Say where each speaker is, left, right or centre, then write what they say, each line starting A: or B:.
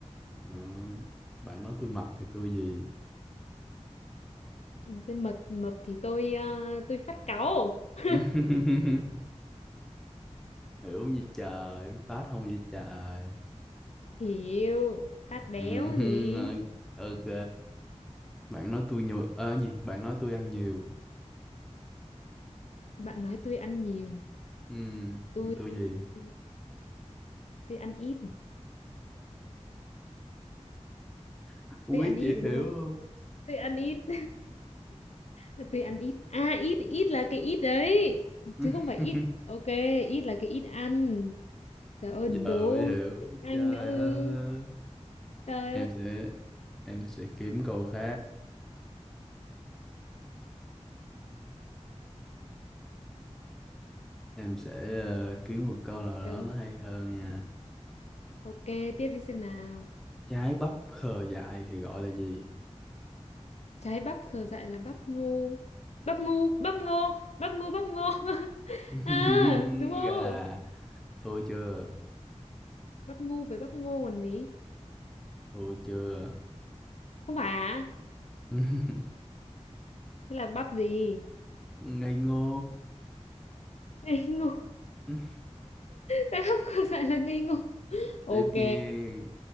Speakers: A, in the centre; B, on the left.
A: Ờ, bạn nói tôi mập thì tôi gì?
B: Tôi mập mập thì tôi ờ, tôi phát cáu. <laughs>
A: <laughs> hiểu như trời biết phát không như trời
B: Hiểu, phát béo
A: ừ, hừ,
B: gì?
A: ờ, ok bạn nói tôi nhiều ờ gì bạn nói tôi ăn nhiều
B: Bạn nói tôi ăn nhiều,
A: ừ,
B: tôi
A: thì tôi gì
B: ờ, tôi ăn ít,
A: không
B: tôi
A: biết
B: ăn ít
A: chị hiểu
B: đúng
A: không
B: không? Tôi ăn ít. <laughs> Tôi ăn ít. À ít ít là cái ít đấy.
A: <laughs>
B: Chứ không phải ít. Ok, ít là cái ít ăn. Trời ơi,
A: giờ
B: đố
A: mới hiểu
B: tiếng Anh
A: trời
B: nữa. ư.
A: ơi
B: Trời.
A: em sẽ em sẽ kiếm câu khác em sẽ ờ, kiếm một câu nào
B: được.
A: đó nó hay hơn nha
B: Ok, tiếp đi xem nào.
A: trái bắp khờ dại thì gọi là gì
B: Trái bắp khờ dại là bắp ngu. Bắp ngu, bắp ngô, bắp ngu, bắp ngô. <laughs>
A: <laughs>
B: À, đúng không?
A: gà thua chưa
B: Bắp ngu với bắp ngô còn gì?
A: thua chưa
B: Không phải à?
A: <laughs>
B: Thế là bắp gì?
A: ngây ngô
B: Ngây ngô. <laughs>
A: <laughs>
B: Trái bắp khờ dại là ngây ngô. Ok.
A: tiếp như